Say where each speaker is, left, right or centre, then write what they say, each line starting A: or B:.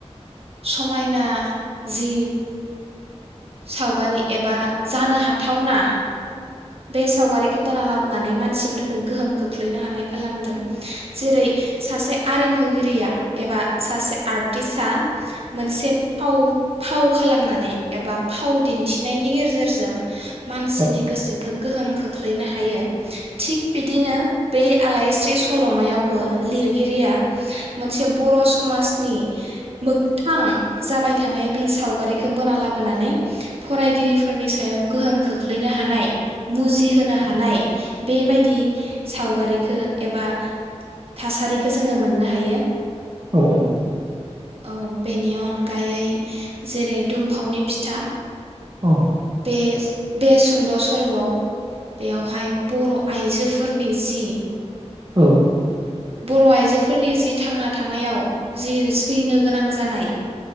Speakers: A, on the right; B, on the right.
A: समायना जि सावगारि एबा जानो हाथावना बे सावगारि खो बोना लाबोनानै मानसिफोरखो गोहोम खोख्लैनो हानाय खालामदों। जेरै सासे आरिमुगिरिया एबा सासे आर्टिस आ मोनसे फाव फाव खालामनानै एबा फाव दिन्थिनायनि गेजे जेरजों मानसिनि
B: औ
A: गोसोखो गोहोम खोख्लैनो हायो थिग बिदिनो बे आलायस्रि सल'मायावबो लिरगिरिया मोनसे बर' समाज नि मोगथां जाबाय थानाय बे सावगारिखो बोना लाब बोनानै फरायगिरिफोरनि सायाव गोहोम खोख्लैनो हानाय मुजिहोनो हानाय बेबायदि सावगारिखो एबा थासारिखो जोङो मोननो हायो
B: औ औ
A: औ बेनि अनगायै जेरै दुमफावनि फिथा
B: औ
A: बे बे सुंद' सल'आव बेयावहाय बर' आइजोफोरनि जि
B: औ
A: बर' आइजोफोरनि जि थांना थानायाव जि सैनो गोनां जानाय